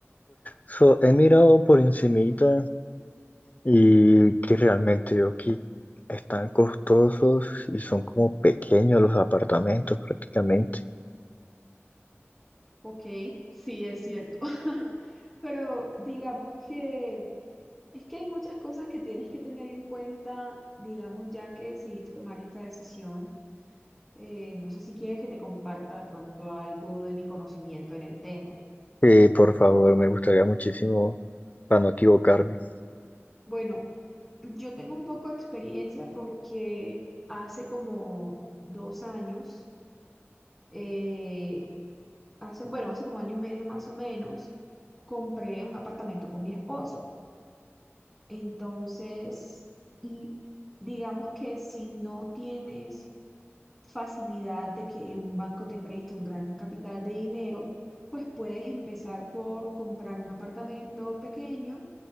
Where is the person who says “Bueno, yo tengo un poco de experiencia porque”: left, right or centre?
Centre